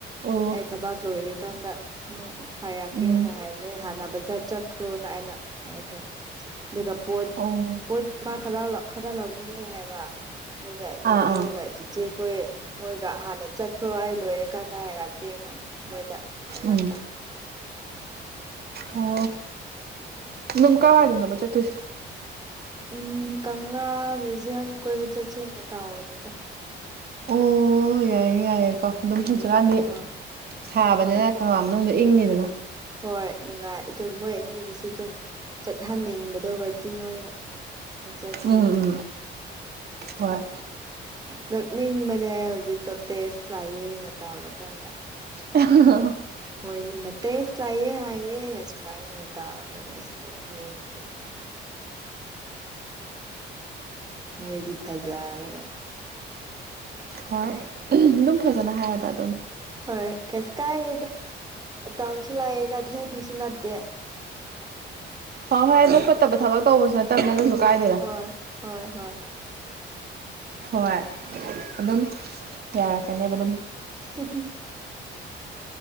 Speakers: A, on the right; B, on the right.
A: ꯑꯣ
B: ꯑꯩ ꯊꯕꯥꯛ ꯂꯣꯏꯔꯀꯥꯟꯗ ꯅꯣꯡꯃ ꯍꯥꯏꯔꯛꯀꯦꯅ
A: ꯎꯝ
B: ꯍꯥꯏꯕꯅꯦ ꯍꯥꯟꯅ ꯕꯖꯥꯔ ꯆꯠꯈ꯭ꯔꯣꯅ ꯑꯩꯅ ꯍꯥꯏꯈ꯭ꯔꯦ ꯑꯗꯨꯒ ꯄꯣꯠ
A: ꯑꯣ
B: ꯄꯣꯠ ꯃꯥ ꯈꯔ ꯈꯔ ꯂꯧꯅꯤꯡꯉꯦ ꯍꯥꯏꯕ ꯑꯗꯨꯒ ꯅꯦꯅꯦꯒ
A: ꯑꯥ ꯑꯥ
B: ꯆꯤꯆꯦꯈꯣꯏ ꯃꯣꯏꯒ ꯍꯥꯟꯅ ꯆꯠꯈ꯭ꯔꯣ ꯑꯩ ꯂꯣꯏꯔꯀꯥꯟꯗ ꯍꯥꯏꯔꯛꯀꯦꯅ ꯃꯣꯏꯗ ꯍꯥꯏꯔꯛꯄ
A: ꯎꯝ ꯑꯣ ꯑꯗꯨꯝ ꯀꯥꯏꯋꯥꯏꯗꯅꯣꯕ ꯆꯠꯇꯣꯏꯁꯦ
B: ꯎꯝ ꯀꯪꯂꯥ ꯃ꯭ꯌꯨꯖꯤꯌꯝ ꯀꯣꯏꯕ ꯆꯠꯁꯦꯅ ꯇꯥꯎꯕꯅꯤꯗ
A: ꯑꯣ ꯌꯥꯏꯌꯦ ꯌꯥꯏꯌꯦꯀꯣ ꯑꯗꯨꯝ
B: ꯃꯁꯤ
A: ꯍꯧꯖꯤꯛꯀꯥꯟꯗꯤ
B: ꯑꯣ
A: ꯁꯥꯕꯅꯤꯅ
B: ꯍꯣꯏ
A: ꯀꯪꯂꯥ ꯃꯅꯨꯡꯗ ꯏꯪꯅꯤꯗꯅ
B: ꯍꯣꯏ ꯅꯨꯡꯉꯥꯏ ꯑꯗꯨ ꯃꯣꯏ ꯑꯅꯤꯗꯨꯁꯨ ꯑꯗꯨꯝ ꯆꯠꯍꯟꯅꯤꯡꯕꯗꯣ ꯋꯔꯀꯤꯡ ꯑꯣꯏꯅ ꯆꯠꯁꯦꯅ
A: ꯎꯝ ꯎꯝ ꯍꯣꯏ
B: ꯅꯣꯛꯅꯤꯡꯕꯅꯦ ꯍꯧꯖꯤꯛꯇꯣ ꯇꯦꯁ ꯂꯥꯛꯑꯦꯅ ꯇꯧꯔꯀꯥꯟꯗ
A: <unintelligible>
B: ꯃꯣꯏꯅꯤꯅ ꯇꯦꯁ ꯂꯥꯛꯑꯦ ꯍꯥꯏꯌꯦ ꯑꯩꯅ ꯁꯨꯃꯥꯏꯅ ꯇꯧꯔꯒ ꯑꯁ <unintelligible> ꯅꯣꯏꯗꯤ ꯊꯥꯖꯔꯒ
A: ꯍꯣꯏ ꯑꯗꯨꯝ ꯐꯖꯅ ꯍꯥꯏꯌꯨꯗ ꯑꯗꯨꯝ
B: ꯍꯣꯏ ꯀꯩꯁꯨ ꯀꯥꯏꯗꯦꯗ ꯃꯇꯝꯁꯨ ꯂꯥꯛꯑꯦꯅꯥ ꯊꯦꯡꯕꯁꯨ ꯅꯠꯇꯦ
A: ꯍꯣ ꯍꯣꯏ ꯑꯗꯨ ꯐꯠꯇꯕ ꯊꯕꯛ ꯇꯧꯕꯁꯨ ꯅꯠꯇꯝꯅꯤꯅ ꯀꯩꯁꯨ ꯀꯥꯏꯗꯦ
B: ꯍꯣꯏ ꯍꯣꯏ ꯍꯣꯏ
A: ꯍꯣꯏ ꯑꯗꯨꯝ ꯌꯥꯔꯛꯀꯅꯦꯕ ꯑꯗꯨꯝ
B: <unintelligible>